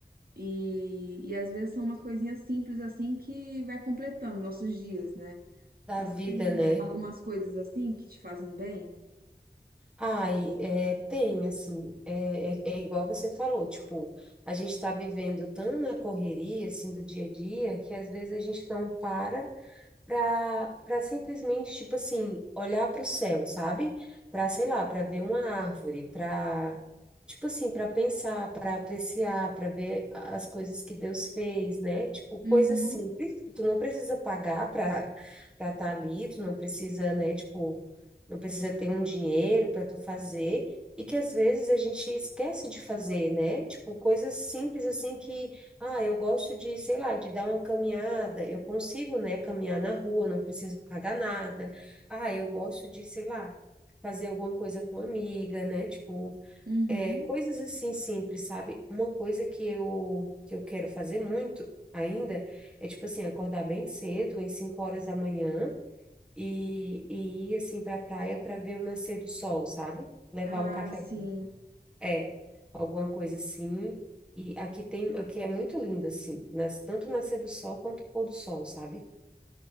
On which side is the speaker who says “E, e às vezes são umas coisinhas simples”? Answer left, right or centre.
Right